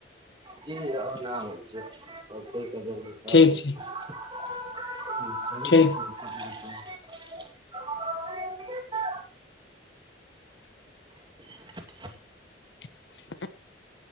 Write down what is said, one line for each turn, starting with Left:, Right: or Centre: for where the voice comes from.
Right: जी ओहिना होइ छै <unintelligible> सभ
Left: ठीक
Right: होइ
Left: छै
Right: छै <unintelligible>
Left: ठीक
Right: <inaudible>
Left: <inaudible>